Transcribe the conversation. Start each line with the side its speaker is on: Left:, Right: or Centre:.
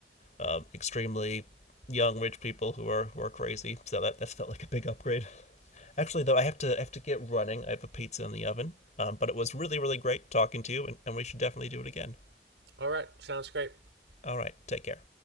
Left: um, extremely young rich people who are who are crazy. So that, that felt like a big upgrade. Actually, though, I have to I have to get running. I have a pizza in the oven. Um, but it was really, really great talking to you, and, and we should definitely do it again.
Right: All right, sounds great.
Left: All right, take care.